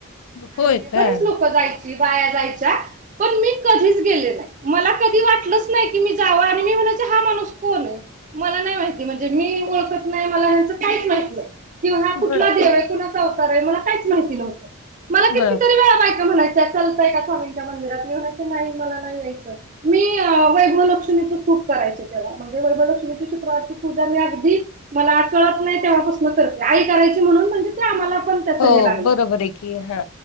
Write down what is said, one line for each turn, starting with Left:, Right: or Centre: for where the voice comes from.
Left: होय
Right: आणि
Left: का
Right: बरीच लोक जायची बाया जायच्या. पण मी कधीच गेले नाही मला, कधी वाटलंच नाही की मी जाव आणि मी म्हणायचे हा माणूस कोण आहे. मला नाही माहिती म्हणजे मी ओळखत नाही मला ह्याचं काहीच माहित नाही. तो हा कुठला
Left: बर
Right: देव आहे कुणाचा अवतार आहे मला काहीच माहिती नव्हतं. मला कितीतरी
Left: बर
Right: वेळा बायका म्हणायच्या चालताय का स्वामींच्या मंदिरात मी म्हणायचे नाही मला नाही यायचं. मी वैभलक्ष्मीच खूप करायचे तेव्हा म्हणजे वैभलक्ष्मीची शुक्रवारची पूजा मी अगदी. मला कळत नाही तेव्हापासून करते आई करायची म्हणून म्हणजे ते आम्हाला पण. त्याचं
Left: हो
Right: हे लागलं
Left: बरोबर आहे की हा...